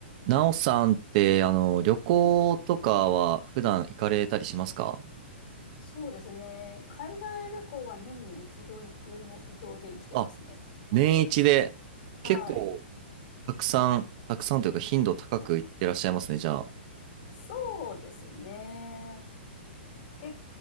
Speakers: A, on the right (about 40°); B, on the left (about 50°).
A: なおさんって、あの、旅行とかは普段行かれたりしますか
B: はいそうですね。海外旅行は年に一度行く目標で生きてますね。
A: あ、年一で結構
B: はい。
A: たくさん、たくさんというか頻度高く行ってらっしゃいますね、
B: うん
A: じゃあ。
B: そうですね。結